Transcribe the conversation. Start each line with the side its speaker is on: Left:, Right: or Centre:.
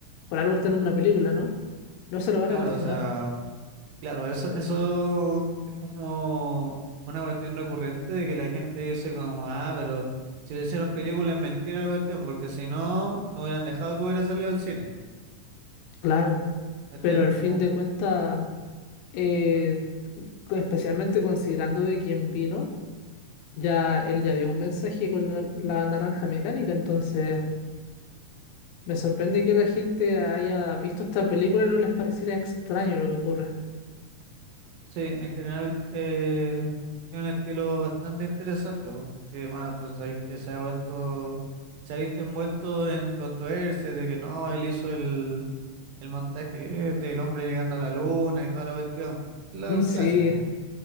Left: por algo está en una película, ¿no? No se lo van
Right: Claro,
Left: a cuestionar,
Right: o sea. Claro, eso, eso es como una cuestión recurrente de que la gente dice como, ah, pero si le hicieron película es mentira la cuestión, porque si no, no hubieran dejado que hubiera salido al cine,
Left: claro,
Right: ¿cachai?
Left: pero al fin
Right: Como,
Left: de cuentas, eh, especialmente considerando de quién vino, ya él ya dio un mensaje con la, la naranja mecánica, entonces me sorprende que la gente haya visto esta película y no les pareciera extraño lo que ocurre.
Right: sí, en general eh, es un estilo bastante interesante, po. Sí, bueno, tú sabes que se ha vuelto, se ha visto envuelto en controversias de que no, él hizo el, el montaje del hombre llegando a la luna y toda la cuestión, lo
Left: <laughs> Sí.
Right: clásico.